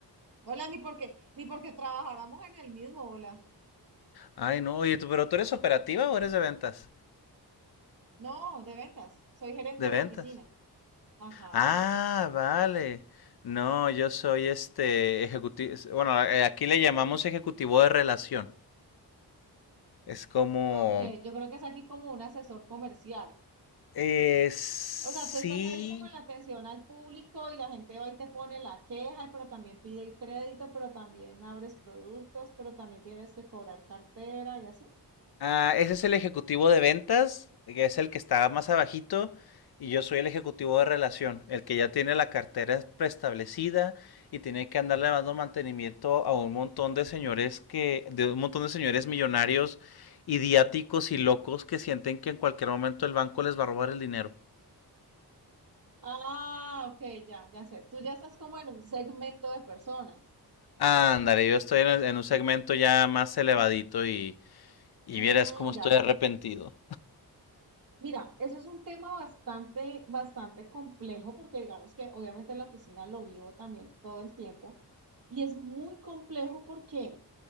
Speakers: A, on the right; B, on the left.
A: Hola, ni porque, ni porque trabajáramos en el mismo, hola.
B: Ay, no, oye, tú- pero tú eres operativa o eres de ventas?
A: No, de ventas. Soy gerente
B: De ventas.
A: de oficina. Ajá.
B: Ah, vale. No, yo soy este ejecutivo, bueno, eh, aquí le llamamos ejecutivo de relación. Es como,
A: Ok, yo creo que es aquí como un asesor comercial.
B: eh, sí,
A: O sea, tú estás ahí como en la atención al público y la gente va y te pone la queja, pero también pide el crédito, pero también abres productos, pero también tienes que cobrar cartera y así.
B: Ah, ese es el ejecutivo de ventas, que es el que está más abajito, y yo soy el ejecutivo de relación, el que ya tiene la cartera preestablecida y tiene que andarle dando mantenimiento a un montón de señores que, de un montón de señores millonarios, idiáticos y locos que sienten que en cualquier momento el banco les va a robar el dinero.
A: Ah, ok, ya, ya sé. Tú ya estás como en un segmento de personas.
B: Ándale, yo estoy en, el- en un segmento ya más elevadito y, y
A: Mm,
B: vieras cómo estoy
A: ya.
B: arrepentido.
A: Mira, eso es un tema bastante, bastante complejo porque digamos que obviamente en la oficina lo vivo también todo el tiempo y es muy complejo porque